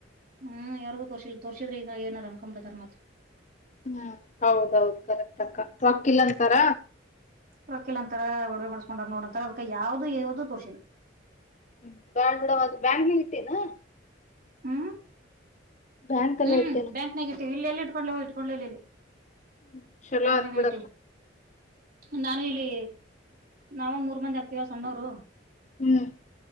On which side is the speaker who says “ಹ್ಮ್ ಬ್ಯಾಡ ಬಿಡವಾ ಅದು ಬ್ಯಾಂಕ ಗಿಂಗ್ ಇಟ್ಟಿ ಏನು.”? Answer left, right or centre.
Left